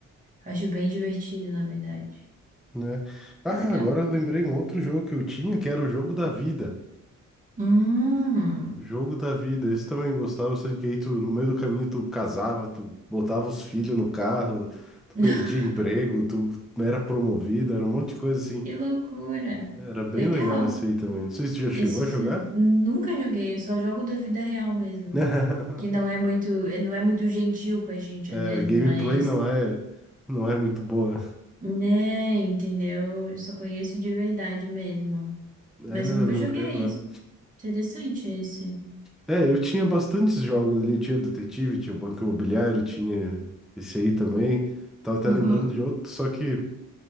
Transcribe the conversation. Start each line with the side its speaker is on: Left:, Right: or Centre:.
Right: Acho bem divertido, na verdade.
Centre: Né? Ah,
Right: É legal.
Centre: agora eu lembrei um outro jogo que eu tinha, que era o jogo da vida.
Right: Hum,
Centre: Jogo da vida. Esse também gostava bastante, que aí tu, no meio do caminho tu casava, tu botava os filhos no carro, tu
Right: <laughs>
Centre: perdia emprego, tu não era promovido, era um monte de coisa assim.
Right: que loucura.
Centre: Era bem
Right: Legal.
Centre: legal esse aí também. Não sei se tu já chegou
Right: Esse
Centre: a jogar.
Right: eu nunca joguei, eu só jogo da vida real mesmo.
Centre: <laughs>
Right: Que não é muito, não é muito gentil com a gente
Centre: A
Right: às vezes,
Centre: gameplay
Right: mas,
Centre: não é, não é muito boa.
Right: né, entendeu? Eu só conheço de verdade mesmo.
Centre: É,
Right: Mas eu nunca
Centre: eu lembrei
Right: joguei.
Centre: agora.
Right: isso Interessante esse.
Centre: É, eu tinha bastantes jogos ali. Tinha o Detetive, tinha o Banco Imobiliário, tinha esse aí também. Tava até
Right: Uhum,
Centre: lembrando de outro, só que